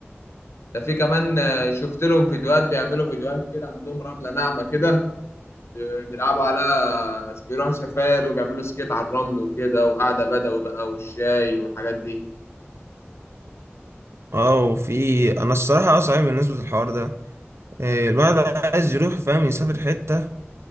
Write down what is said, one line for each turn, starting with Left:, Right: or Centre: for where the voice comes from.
Left: ده في كمان آه، شفت لهم فيديوهات بيعملوا فيديوهات كده عندهم رملة ناعمة كده آه، بيلعبوا عليها بيروحوا سفاري وبيعملوا سكيت على الرمل وكده وقعدة بدوي بقى والشاي والحاجات دي
Right: اه وفي انا الصراحه اه صعب بالنسبه للحوار ده إيه، الواحد عايز يروح فاهم يسافر حته